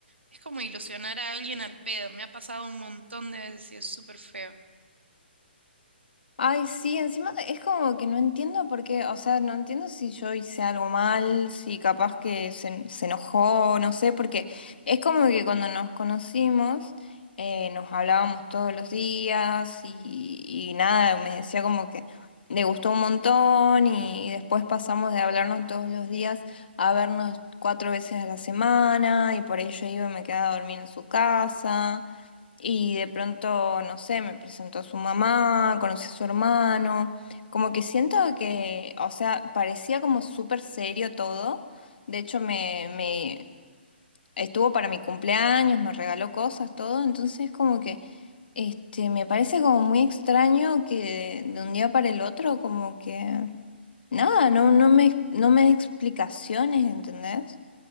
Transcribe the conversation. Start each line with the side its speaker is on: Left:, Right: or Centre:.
Right: Es como ilusionar a alguien al pedo. Me ha pasado un montón de veces y es súper feo.
Left: Ay, sí, encima es como que no entiendo por qué, o sea, no entiendo si yo hice algo mal, si capaz que se, se enojó, no sé, porque es como que cuando nos conocimos eh, nos hablábamos todos los días y, y nada, me decía como que le gustó un montón y después pasamos de hablarnos todos los días a vernos cuatro veces a la semana y por ello iba y me quedaba a dormir en su casa. Y de pronto, no sé, me presentó a su mamá, conocí a su hermano, como que siento que, o sea, parecía como súper serio todo. De hecho, me, me estuvo para mi cumpleaños, me regaló cosas, todo. Entonces, como que, este, me parece como muy extraño que de, un día para el otro, como que, nada, no, no me, no me da explicaciones, ¿entendés?